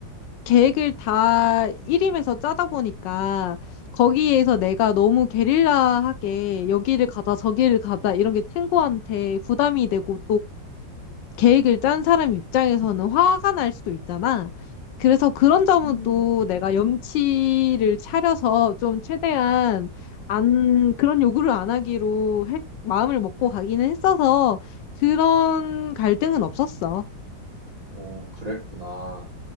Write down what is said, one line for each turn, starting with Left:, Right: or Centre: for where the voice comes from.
Left: 계획을 다 일임해서 짜다 보니까 거기에서 내가 너무 게릴라하게 여기를 가자 저기를 가자 이런 게 친구한테 부담이 되고 계획을 짠 사람 입장에서는 화가 날 수도 있잖아. 그래서 그런 점은
Right: 음,
Left: 또 내가 염치를 차려서 좀 최대한 안, 그런 요구를 안 하기로 했- 마음을 먹고 가기는 했어서 그런 갈등은 없었어.
Right: 오, 그랬구나.